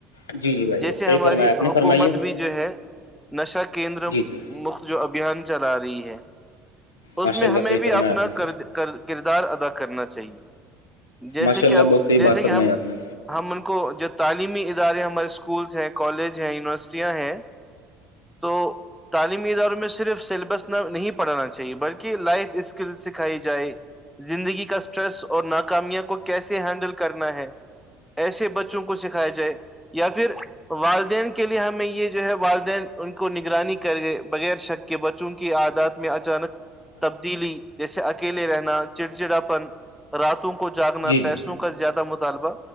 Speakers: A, on the left (about 85°); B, in the centre.
A: جی جی بھائی
B: جیسے
A: ج صحی
B: ہماری
A: فرمایا آپ نے
B: حکومت
A: فرمائی ہے
B: بھی ہے نشا کیندر
A: جی
B: مکت جو ابھیان چلا رہی ہے اس
A: ماشاء
B: میں
A: اللہ
B: ہمیں
A: صحیح
B: بھی
A: فرمایا
B: اپنا
A: آپ نے
B: کردار ادا کرنا چاہیے جیسے
A: ماشاء اللہ
B: کہ اب
A: بہت صحیح
B: جیسے
A: بات فرمائی
B: کہ ہم
A: آپ نے
B: ہم ان کو جو تعلیمی ادارے ہمارے اسکولس ہیں کالج ہیں یونیورسٹیاں ہیں تو تعلیمی اداروں میں صرف سیلیبس نہ نہیں پڑھانا چاہیے بلکہ کہ لائف اسکل سکھائی جائے زندگی کا اسٹریس اور ناکامیا کو کیسے ہینڈل کرنا ہے ایسے بچوں کو سکھایا جائے یا پھر والدین کے لیے ہمیں یہ جو ہے والدین ان کو نگرانی کر گئے بغیر شکتی کے بچوں کی آدات میں اچانک تبدیلی جیسے اکیلے رہنا چڑچڑاپن راتوں کو جاگنا
A: جی جی
B: پیسوں کا زیادہ مطالبہ